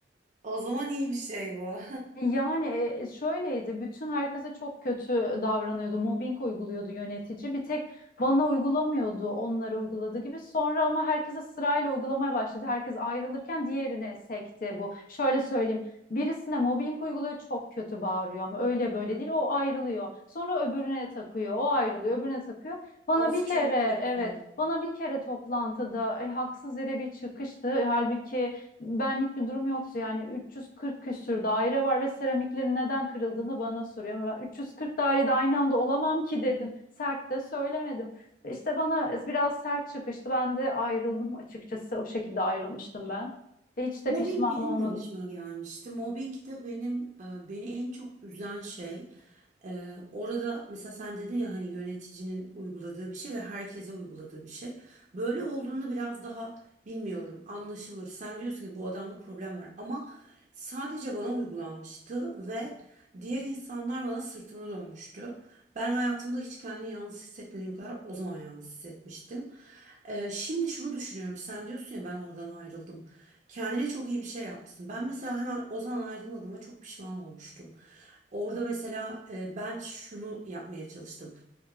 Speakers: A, on the right (about 45°); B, on the left (about 50°).
A: o zaman iyi bir şey bu.
B: Yani e, şöyleydi, bütün herkese çok kötü davranıyordu, mobbing uyguluyordu yönetici. Bir tek bana uygulamıyordu, onlara uyguladığı gibi. Sonra ama herkese sırayla uygulamaya başladı. Herkes ayrılırken diğerine sekti bu. Şöyle söyleyeyim, birisine mobbing uyguluyor, çok kötü bağırıyor ama öyle böyle değil, o ayrılıyor. Sonra öbürüne takıyor, o ayrılıyor, öbürüne takıyor.
A: <laughs>
B: Bana
A: Of
B: bir kere,
A: çok kötü.
B: evet, bana bir kere toplantıda e, haksız yere bir çıkıştı. Halbuki benlik bir durum yoksa yani 340 küsür daire var ve seramiklerin neden kırıldığını bana soruyor. Ama ben 340 dairede aynı anda olamam ki dedim. Sert de söylemedim. İşte bana biraz sert çıkıştı. Ben de ayrıldım açıkçası. O şekilde ayrılmıştım ben. E, Hiç
A: Mobbing
B: de pişman
A: benim
B: olmadım.
A: de başıma gelmişti. Mobbing de benim e, beni en çok üzen şey. E, orada mesela sen dedin ya hani yöneticinin uyguladığı bir şey ve herkese uyguladığı bir şey. Böyle olduğunda biraz daha bilmiyorum anlaşılır. Sen diyorsun ki bu adamda problem var ama sadece bana uygulanmıştı ve diğer insanlar bana sırtını dönmüştü. Ben hayatımda hiç kendimi yalnız hissetmediğim kadar o zaman yalnız hissetmiştim. E, şimdi şunu düşünüyorum. Sen diyorsun ya ben oradan ayrıldım. Kendine çok iyi bir şey yapmışsın. Ben mesela hemen o zaman ayrılmadığıma çok pişman olmuştum. Orada mesela e, ben şunu yapmaya çalıştım